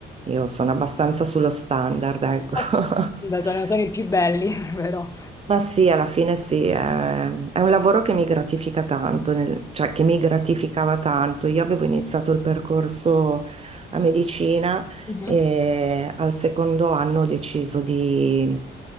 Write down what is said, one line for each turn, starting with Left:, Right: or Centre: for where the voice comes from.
Right: io sono abbastanza sullo standard, ecco.
Left: Okay.
Right: <laughs>
Left: Beh sono sono i più belli <laughs> però.
Right: Ma sì, alla fine sì, è, è un lavoro che mi gratifica tanto, nel- cioè che mi gratificava tanto. Io avevo iniziato il percorso a medicina
Left: Mh-mh.
Right: e al secondo anno ho deciso di,